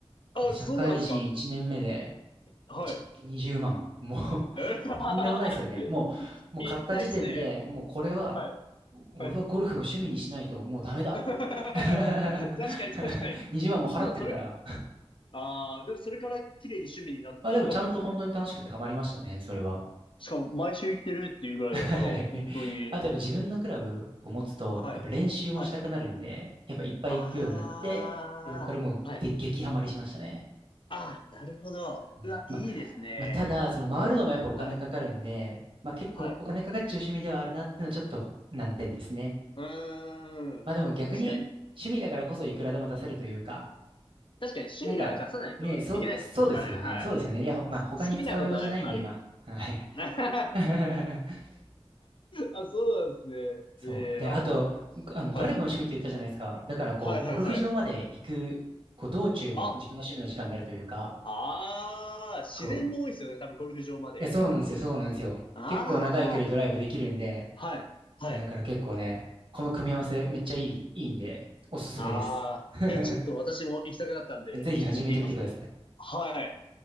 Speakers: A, on the left; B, on the right.
A: あ、
B: 社会人1年目で、
A: そうなんですか。はい。
B: 一撃20万。も
A: えー
B: う <laughs> とんでもないですよね。もう、
A: <laughs>
B: もう買った時点で、
A: たいっすね。
B: もうこれは、
A: はい。
B: 俺はゴルフを趣味にしないともうダメだってなって。
A: はい。<laughs> 確か
B: <laughs>
A: に確かに。
B: 20万も払ってるから。
A: でもそれ、ああ、でもそれから綺麗に趣味になってよかったっすね。
B: まあでもちゃんと本当に楽しくてハマりましたね、それは。
A: しかも毎週行ってるっていうぐらいだから、
B: はい。
A: 本当に
B: あとやっぱ自分のクラブを持つと、
A: はい。
B: やっぱ練習もしたくなるんで、
A: はい。
B: やっぱいっぱい行くようになって、
A: ああ、
B: えそれからもうで激ハマりしましたね。
A: はい。ああ、なるほど。
B: ねまあ、
A: うわ、いいですね。
B: まあ、ただ、その回るのもやっぱお金かかるんで、
A: はい。
B: まあ結構お金かかっちゃう趣味ではあるなっていうのはちょっと難点ですね。
A: はい。うーん。
B: まあでも逆に趣味だからこそいくらでも出せるというか、
A: 確かに、確かに趣味は出さないといけないですもん、
B: なんかね、そう、そうですよね。
A: お金。はい。
B: そうですよね。いや、まあ他に使う用事ないんで今。
A: 好きなことはやっぱり。
B: はい。
A: <laughs>
B: <laughs>
A: あ、そうなんですね。
B: そう。
A: いやいや、
B: で、あと、
A: もう。
B: あの、
A: はい。
B: ドライブの趣味って言ったじゃないですか。だからこう、
A: はいはいはい。
B: ゴルフ場まで行く、こう、道中も自分の趣味の時間になるというか、
A: あ、ああ、自然も多いですよね。
B: こう、い
A: 多分ゴルフ場まで行くと。
B: や、そうなんですよ、そうなんですよ。
A: あ
B: 結構長い距離ドライブできるんで、
A: あ、はい。はい。
B: いや、だから結構ね、この組み合わせめっちゃいい、いいんで、おすすめです。
A: ああ、
B: <laughs>
A: いや、ちょっと私も行きたくなったんで、
B: ぜひ始めてみてください。
A: ちょっと行ってみますね。はい。